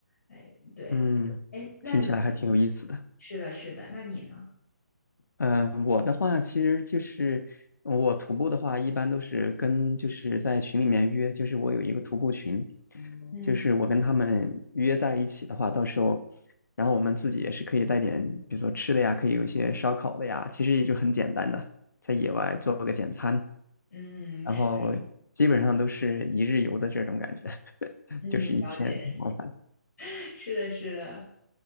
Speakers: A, on the left (about 55°); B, on the left (about 80°).
A: 哎，对，
B: 嗯，
A: 哎，那你
B: 听起来还挺有意思的。
A: 是的，是的，那你呢？
B: 嗯，呃我的话其实就是我徒步的话，一般都是跟就是在群里面约，就是我有一个徒步群，
A: 嗯
B: 就是我跟他们约在一起的话，到时候，然后我们自己也是可以带点，比如说吃的呀，可以有一些烧烤的呀，其实也就很简单的，在野外做个简餐，
A: 嗯是，
B: 然后基本上都是一日游的这种感觉，<laughs>
A: 嗯了解，
B: 就是一天往返。
A: <laughs> 是的，是的。